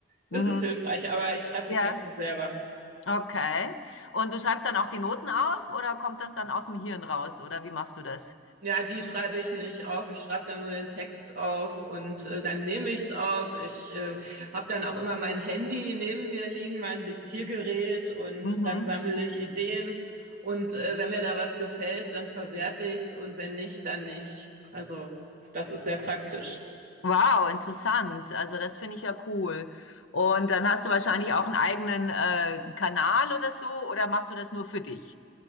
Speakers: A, on the right; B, on the left.
A: ist
B: Mhm.
A: es hilfreich, aber ich schreibe die
B: Ja.
A: Texte selber.
B: Okay. Und du schreibst dann auch die Noten auf oder kommt das dann aus dem Hirn raus oder wie machst du das?
A: Ja, die schreibe ich nicht auf. Ich schreibe dann nur den Text auf und äh, dann nehme ich es auf. Ich äh, habe dann auch immer mein Handy neben mir liegen, mein Diktiergerät und
B: Mhm.
A: dann sammle ich Ideen. Und äh, wenn mir da was gefällt, dann verwerte ich es und wenn nicht, dann nicht. Also das ist sehr praktisch.
B: Wow, interessant. Also das finde ich ja cool. Und dann hast du wahrscheinlich auch einen eigenen äh, Kanal oder so oder machst du das nur für dich?